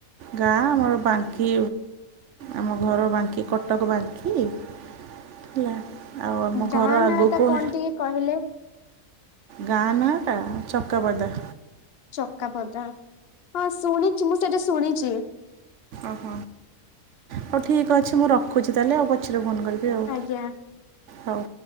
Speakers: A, on the right; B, on the left.
A: ଗାଁ ଆମର ବାଙ୍କି ଆମ ଘର ବାଙ୍କି କଟକ ବାଙ୍କି। ହେଲା ଆଉ ଆମ
B: ଗାଁ
A: ଘର
B: ନାଁ
A: ଆଗୁକୁ
B: ଟା କଣ ଟିକେ କହିଲେ।
A: ଗାଁ ନାଁଟା ଚକାପଦା।
B: ଚକାପଦା ହଁ ଶୁଣିଚି ମୁଁ ସେଟା ଶୁଣିଚି।
A: ଅହ ହଉ ଠିକ୍ ଅଛି ମୁଁ ରଖୁଚି ତାଲେ ଆଉ ପଛରେ ଫୋନ୍ କରି ବି ଆଉ
B: ଆଜ୍ଞା।
A: ହଉ।